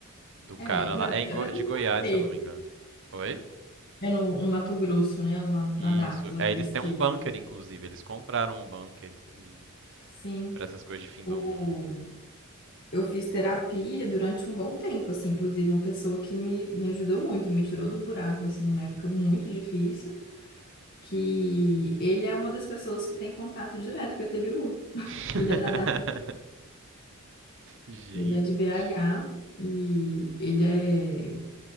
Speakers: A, on the right; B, on the left.
A: do cara
B: É, na,
A: lá. É em Go-
B: eu não mesma
A: de Goiás,
B: seita.
A: se eu não me engano. Oi?
B: É no, no Mato Grosso, né, lá
A: Isso.
B: na Dáquila,
A: É,
B: pesquisa.
A: eles têm um bunker, inclusive. Eles compraram um bunker e
B: Sim,
A: para essas coisas de fim
B: o
A: do mundo.
B: Eu fiz terapia durante um bom tempo, assim, inclusive uma pessoa que me, me ajudou muito, me tirou do buraco, assim, numa época muito difícil, que ele é uma das pessoas que tem contato direto com o ET Bilu, <laughs>
A: <laughs>
B: que ele é da DACA.
A: Gente.
B: Ele é de BH e ele é,